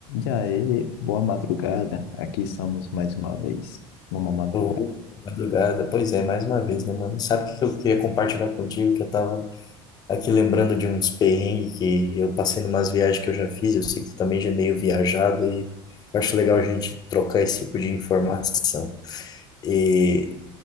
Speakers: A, on the left; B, on the left.
A: E aí, boa madrugada. Aqui estamos mais uma vez, numa madrugada.
B: Ô, madrugada. Pois é, mais uma vez, né, mano? Sabe o que que eu queria compartilhar contigo? Que eu tava aqui lembrando de uns perrengues que eu passei numas viagens que eu já fiz. Eu sei que tu também já é meio viajado e eu acho legal a gente trocar esse tipo de informação. E